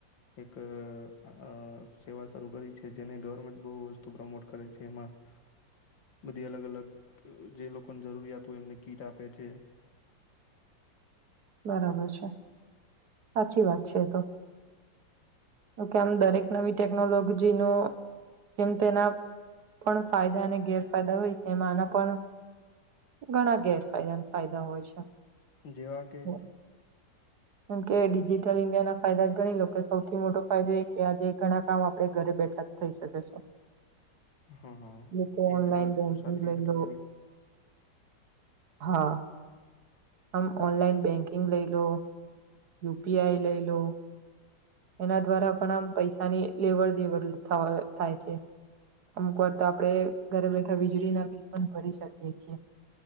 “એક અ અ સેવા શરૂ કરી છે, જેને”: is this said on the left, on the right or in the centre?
Left